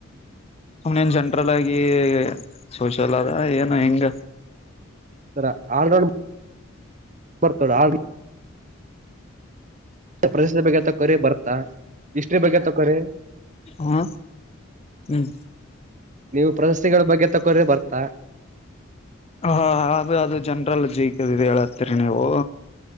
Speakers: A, on the left (about 30°); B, on the right (about 35°).
A: ಅವನೇನ್ ಜಂನ್ರಲ್ ಆಗಿ -ಸೋಶಿಯಲ್ ಅದ ಏನ ಹೆಂಗ
B: ಸರ ಆಲ್ರೌಂಡ್ <inaudible> ಪ್ರದೇಶದ ಬೇಕತ <unintelligible> ಕರೆ ಬರ್ತಾ ಹಿಸ್ಟ್ರಿ ಬಗ್ಗೆ ತಕೋರಿ -
A: ಹಾ ಹ್ಮ್
B: ನೀವು ಪ್ರಶಸ್ತಿಗಳ ಬಗ್ಗೆ ತಕೋರಿ ಬರ್ತಾ
A: ಹ ಅದು ಅದು ಜನ್ರಲ್ಲ ಜೀಕೆ ಹೇಳತ್ತೀರಿ ನೀವು